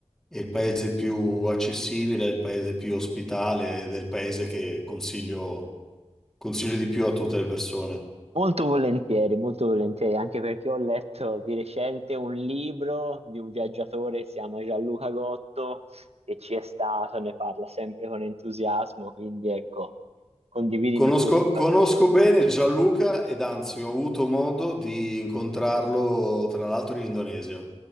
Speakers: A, in the centre; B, on the right.
A: è il paese più accessibile, è il paese più ospitale ed è il paese che consiglio, consiglio di più a tutte le persone.
B: Molto volentieri, molto volentieri, anche perché ho letto di recente un libro di un viaggiatore che si chiama Gianluca Gotto e ci è stato, ne parla sempre con entusiasmo, quindi ecco, condividimi
A: Conosco,
B: pure, mi fa
A: conosco
B: piacere.
A: bene Gianluca ed anzi ho avuto modo di incontrarlo tra l'altro in Indonesia.